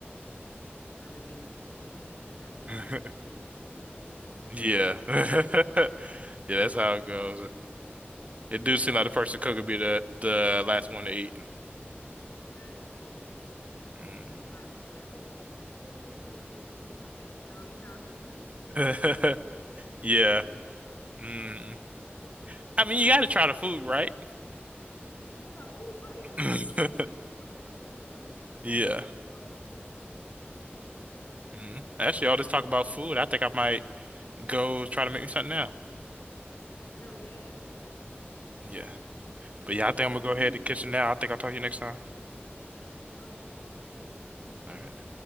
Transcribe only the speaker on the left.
I didn't ate two chicken wings. I didn't
had
three spoonfuls of
rice.
<laughs>
So
it's okay.
The last always, always.
And it's not people like, oh, it's just so you make sure your family eats. No, you're not hungry because you done
cooked and been
picking. That's why.
That's all.
You gotta try the food, right?
Absolutely. Throughout the whole, the whole, the whole meal.
Throughout the whole meal. Okay.
Same.
I know, yeah, actually. Yeah. Wow.
<laughs>
All right, so talk to you later.